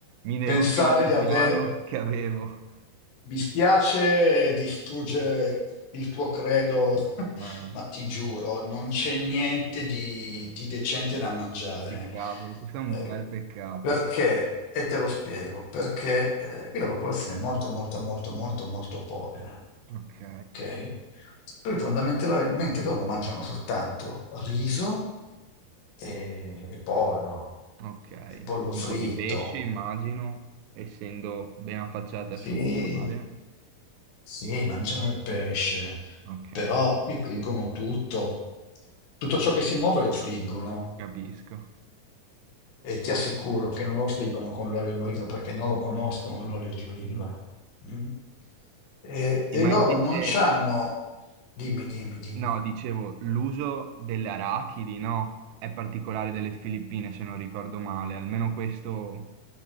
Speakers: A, on the right; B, on the left.
A: mi deludi
B: pensare
A: ogni
B: di aver
A: piano che avevo.
B: Mi spiace distruggere il tuo credo, <laughs>
A: Ma
B: ma ti giuro, non c'è niente di, di decente da mangiare.
A: che cavolo, questo è un
B: Eh,
A: bel peccato.
B: perché? E te lo spiego, perché eh, qui la popolazione è molto, molto, molto, molto, molto povera.
A: Ok,
B: Ok? Perché fondamentalmente loro mangiano soltanto riso e, e pollo,
A: ok.
B: e pollo
A: Un
B: fritto.
A: po' di pesce, immagino, essendo ben affacciata sul
B: Sì,
A: mare.
B: sì, mangiano il pesce,
A: Ok.
B: però friggono tutto. Tutto ciò che si muove lo friggono
A: capisco.
B: e ti assicuro che non lo friggono con l'olio d'oliva perché non lo conoscono l'olio di oliva.
A: Mm.
B: Mm? E,
A: Sì,
B: e
A: Ma
B: loro
A: invece,
B: non c'hanno... Dimmi, dimmi, dimmi.
A: no, dicevo, l'uso delle arachidi, no, è particolare delle Filippine, se non ricordo male, almeno questo,